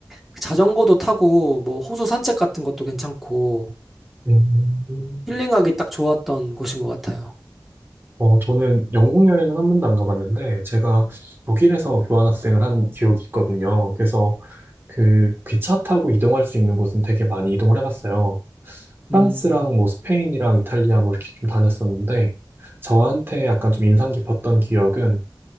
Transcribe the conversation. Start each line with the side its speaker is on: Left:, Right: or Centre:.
Centre: 그 자전거도 타고 뭐 호수 산책 같은 것도 괜찮고
Right: 음,
Centre: 힐링하기 딱 좋았던 곳인 것 같아요.
Right: 어, 저는 영국 여행은 한 번도 안 가봤는데 제가 독일에서 교환학생을 한 기억이 있거든요. 그래서 그 기차 타고 이동할 수 있는 곳은 되게 많이 이동을 해봤어요. 프랑스랑
Centre: 음,
Right: 뭐 스페인이랑 이탈리아 뭐 이렇게 좀 다녔었는데 저한테 약간 좀 인상 깊었던 기억은